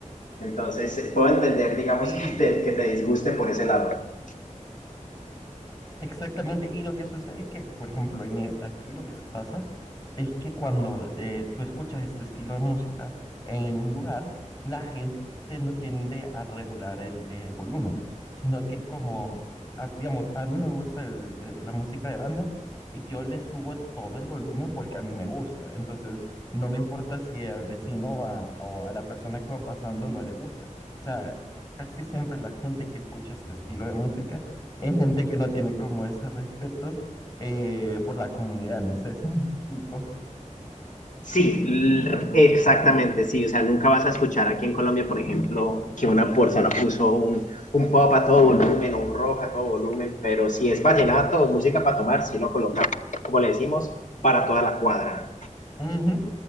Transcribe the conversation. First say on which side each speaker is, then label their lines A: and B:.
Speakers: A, on the left; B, on the left.
A: Entonces, eh, puedo entender, digamos,
B: Sí,
A: <laughs> que te, que te disguste por ese lado.
B: exactamente. Y lo que sucede es que, por ejemplo, en e- aquí lo que s- pasa es que cuando eh, tú escuchas este estilo de música en un lugar, la gente no tiende a regular el, el volumen, sino que es como, a- digamos, a mí me gusta el- el- la música de banda y yo le subo todo el volumen porque a mí me gusta. Entonces, no me importa si al vecino o a, o a la persona que va pasando no le gusta. O sea, casi siempre la gente que escucha este estilo de música es gente que no tiene como ese respeto eh, por la comunidad, no sé si me <laughs> explico.
A: Sí, l- exactamente, sí. O sea, nunca vas a escuchar aquí en Colombia, por ejemplo, que una persona puso un, un pop a todo volumen o un rock a todo volumen, pero si es vallenato o música para tomar, sí lo colocan, como le decimos, para toda la cuadra.
B: Ujú,